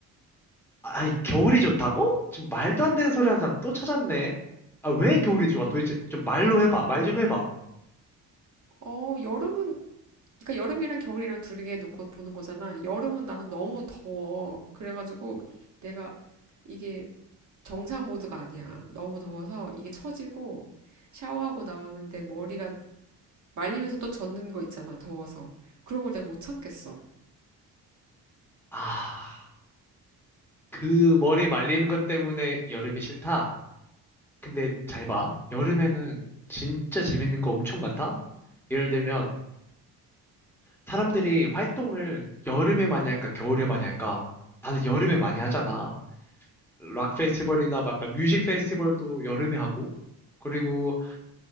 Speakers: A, in the centre; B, on the right.
A: 아, 아니, 겨울이 좋다고? 지금 말도 안 되는 소리 하는 사람 또 찾았네. 아, 왜 겨울이 좋아? 도대체 좀 말로 해봐. 말 좀 해봐.
B: 어, 여름은, 그러니까 여름이랑 겨울이랑 둘개 놓고 보는 거잖아. 여름은 나는 너무 더워. 그래가지고 내가 이게 정상 모드가 아니야. 너무 더워서 이게 처지고 샤워하고 나왔는데 머리가 말리면서 또 젖는 거 있잖아. 더워서. 그런 걸 내가 못 참겠어.
A: 아, 그 머리 말리는 것 때문에 여름이 싫다? 근데 잘 봐. 여름에는 진짜 재밌는 거 엄청 많다? 예를 들면, 사람들이 활동을 여름에 많이 할까, 겨울에 많이 할까? 다들 여름에 많이 하잖아. 락 페스티벌이나 막 약간 뮤직 페스티벌도 여름에 하고, 그리고